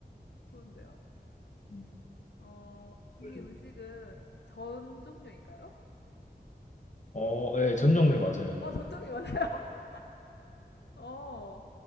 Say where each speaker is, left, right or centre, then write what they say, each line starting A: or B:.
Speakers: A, on the left; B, on the left.
A: 좋은데요?
B: 음,
A: 어, 이
B: 막걸리.
A: 음식은 전 종류인가요?
B: 어, 예, 전 종류 맞아요.
A: 어, 전 종류 맞아요? <laughs> 어,